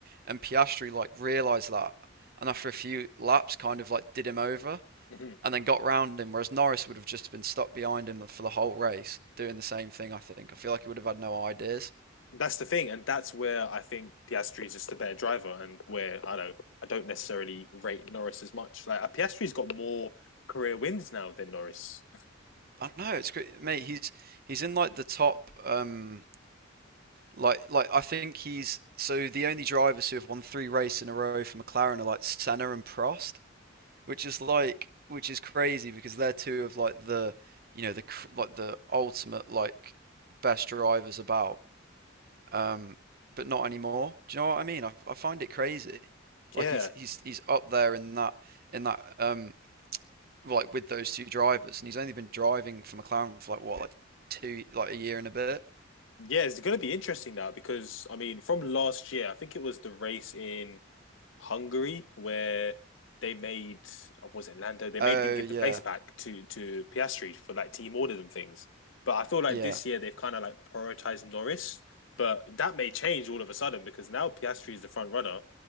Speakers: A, on the right; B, on the left.
A: and Piastri like realised that, and after a few laps, kind of like did him over
B: Mm-hmm.
A: and then got round him, whereas Norris would have just been stuck behind him for the whole race doing the same thing. I think I feel like he would have had no ideas.
B: That's the thing, and that's where I think Piastri is just a better driver, and where I don't, I don't necessarily rate Norris as much. Like uh, Piastri's got more career wins now than Norris.
A: I don't know it's great, mate. He's he's in like the top um Like, like I think he's so the only drivers who have won three races in a row for McLaren are like Senna and Prost, which is like, which is crazy because they're two of like the, you know, the like the ultimate like best drivers about. Um, but not anymore. Do you know what I mean? I, I find it crazy. Like
B: Yeah,
A: he's he's he's up there in that in that um like with those two drivers, and he's only been driving for McLaren for like what like two like a year and a bit.
B: Yeah, it's going to be interesting now because I mean, from last year, I think it was the race in Hungary where they made uh, what was it Lando? They made
A: Oh
B: them give
A: yeah,
B: the place back to to Piastri for like team orders and things. But I feel like
A: yeah,
B: this year they've kind of like prioritized Norris, but that may change all of a sudden because now Piastri is the front runner.